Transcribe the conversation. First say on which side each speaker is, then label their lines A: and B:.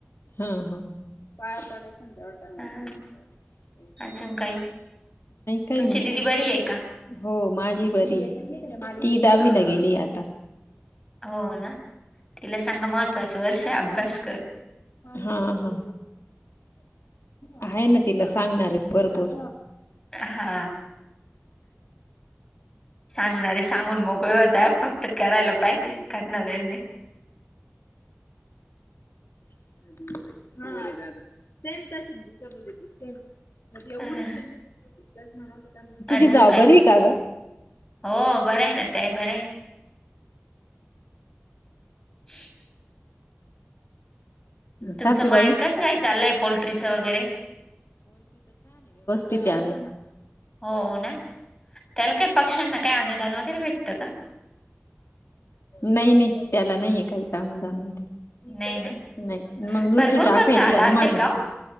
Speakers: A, on the left; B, on the left.
A: हम्म हम्म. पाया पडायचं ना तेवढ टायमात
B: हा
A: <unintelligible>
B: अजून काही.
A: काय
B: तुमची
A: मग
B: दिदी बरी आहे का?
A: हो माझी बरी आहे. ती दहावीला
B: अह
A: गेली आता
B: हो ना तिला सांगा महत्वाचं वर्ष आहे अभ्यास कर
A: हो हो. आहे ना तिला सांगणार आहे भरपूर
B: हा सांगणारे सांगून मोक ग होता फक्त करायला पाहिजे करणाऱ्यांनी
A: <inaudible> सेम तशीच <unintelligible> ते.
B: हा
A: एवढेच ना ते. <inaudible> तुझी
B: अजून
A: जावू
B: काही
A: बरी आहे का ग.
B: हो बरं आहे ना, त्या ही बरं आहे. <inaudible> तुमचं
A: सासूबाई
B: मळ्यात कसं काय चाललंय पोल्ट्री. च वगैरे.
A: किती आल.
B: हो ना? त्याला काय पक्ष्यांना काय <unintelligible> <unintelligible> वगैरे भेटतं का?
A: नाही नाही त्याला नाहीये काहीच आनंद आनंद ते. <unintelligible>
B: नाही ना
A: नाही मग दुसरी
B: भरपूर
A: टाकायची
B: खर्च आला
A: आम्हाला
B: असेल का हो?